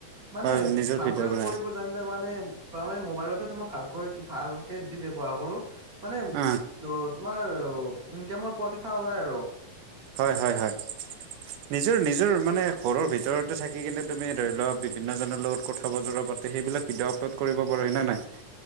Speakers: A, on the right (about 30°); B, on the right (about 80°).
A: মানে
B: হয় নিজৰ
A: ভালকৈ
B: ভিডিঅ' বনাই
A: কৰিব। মে তাৰ মে মোবাইলত তোমাৰ ভালকৈ ভালকে যদি ব্যৱহাৰ কৰো মানে
B: অ
A: তোমাৰ ইনকামৰ পথ এথা ওলাই আৰু।
B: হয় হয় হয়। নিজৰ নিজৰ মানে ঘৰৰ ভিতৰতে থাকি কিনে তুমি ধৰি লোৱা বিভিন্ন জনৰ লগত কথা বজাৰৰাতে সেইবিলাক ভিডিঅ' আপলোড কৰিব পাৰ হয় নাই।